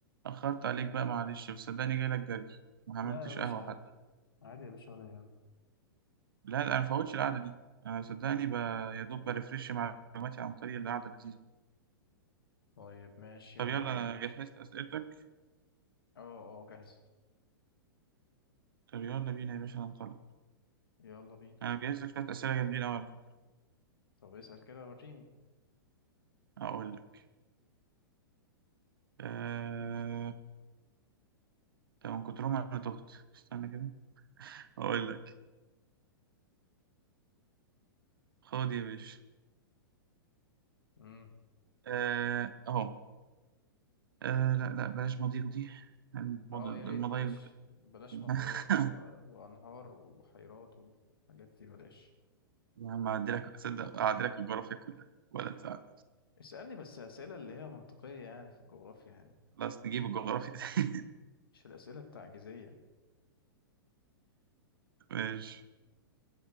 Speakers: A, on the right; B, on the left.
A: أخرت عليك بقى معلش بس صدقني جاي لك جري ما
B: لا
A: عملتش
B: يا باشا
A: قهوة
B: عادي
A: حتى
B: عادي يا باشا ولا يهمك
A: لا لا أنا مفوتش القعدة دي أنا صدقني ب... يا دوب بريفرش معلوماتي عن طريق القعدة اللذيذة دي
B: طيب ماشي
A: طب
B: يلا
A: يلا
B: ابدا
A: أنا
B: اه
A: جهزت أسئلتك
B: اه جاهز
A: طب يلا بينا يا باشا هنطلع
B: يلا بينا
A: أنا مجهز لك شوية أسئلة جامدين أوي على فكرة.
B: طب اسأل كده وريني
A: أقول لك أه... طب من كترهم أنا تهت استنى كده أقول لك خد يا باشا
B: امم
A: أه... أهو أه... لا لا بلاش مضيق دي المض-
B: اه يا ريت
A: المضايق
B: بلاش بلاش
A: <laughs>
B: مضايق و... وانهار وبحيرات والحاجات دي بلاش
A: يا عم أعدلك صدق أعدلك الجغرافيا كلها ولا تزعل
B: اسألني بس أسئلة اللي هي منطقية يعني في الجغرافيا يعني
A: خلاص نجيب الجغرافيا <laughs>
B: مش الأسئلة التعجيزية
A: ماشي